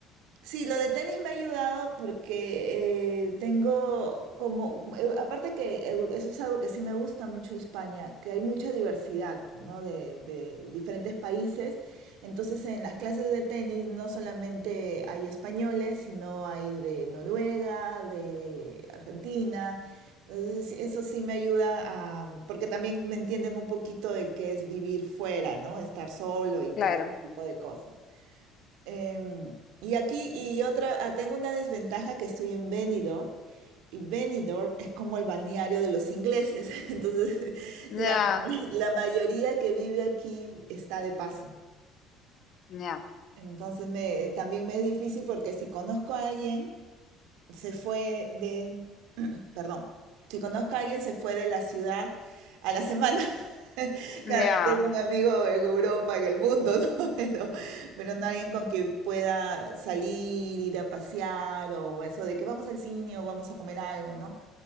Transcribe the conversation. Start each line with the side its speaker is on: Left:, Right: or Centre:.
Right: Sí, lo de tenis me ha ayudado porque eh, tengo como, eh, aparte que eh, eso es algo que sí me gusta mucho de España, que hay mucha diversidad, ¿no? De, de diferentes países. Entonces en las clases de tenis no solamente hay españoles, sino hay de Noruega, de Argentina. Entonces sí, eso sí me ayuda a, porque también me entienden un poquito de qué es vivir fuera, ¿no? Estar solo y todo
Left: Claro.
Right: este tipo de cosas. Em, y aquí, y otra, ah, tengo una desventaja que estoy en Benidorm, y Benidorm es como el balneario de los ingleses, <laughs> entonces
Left: Ya,
Right: la, la mayoría que vive aquí está de paso.
Left: ya,
Right: Entonces me, también me es difícil porque si conozco a alguien, se fue de, <clears throat> perdón, si conozco a alguien, se fue de la ciudad a la semana. <laughs> Claro,
Left: ya,
Right: yo tengo un amigo en Europa, en el mundo, ¿no? <laughs> Pero, pero no alguien con quien pueda salir, ir a pasear o eso de que vamos al cine o vamos a comer algo, ¿no?